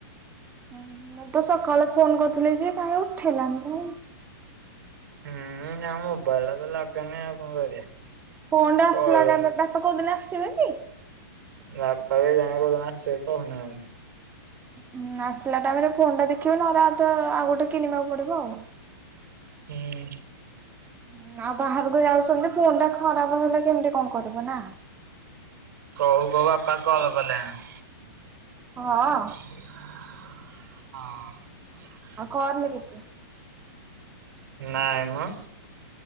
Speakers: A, on the right (about 15°); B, on the right (about 60°).
A: ହୁଁ, ମୁଁ ତ ସକାଳେ ଫୋନ୍ କରିଥିଲି ଯେ କାହିଁ ଉଠେଇଲାନି ତ।
B: ହୁଁ, ଆଉ ମୋବାଇଲ୍ ଟା ତ ଲାଗୁନି ଆଉ କଣ କରିବା।
A: ଫୋନ୍ ଟା ଆସିଲା
B: କଲ
A: ଟାଇମ୍ ରେ, ବାପା କୋଉଦିନ ଆସିବେ କି?
B: ବାପା କେଇଜାଣେ କୋଉଦିନ ଆସିବେ କହୁନାହାନ୍ତି।
A: ହୁଁ, ଆସିଲା ଟାଇମ୍ ରେ ଫୋନ୍ ଟା ଦେଖିବୁନା ରାଥ ଆଉ ଗୋଟେ କିଣିବାକୁ ପଡିବ ଆଉ। ହ
B: ହୁଁ।
A: ହୁଁ, ଆଉ ବାହାରକୁ ଯାଉଛନ୍ତି ଫୋନ୍ ଟା ଖରାପ ହେଲେ କେମିତି କଣ କରିବୁ ନା।
B: କହୁ କହୁ ବାପା କଲ୍ କଲେଣି।
A: ହଁ।
B: ହଁ।
A: ଆଉ କରନି କିଛି
B: ନାଇଁ ମ।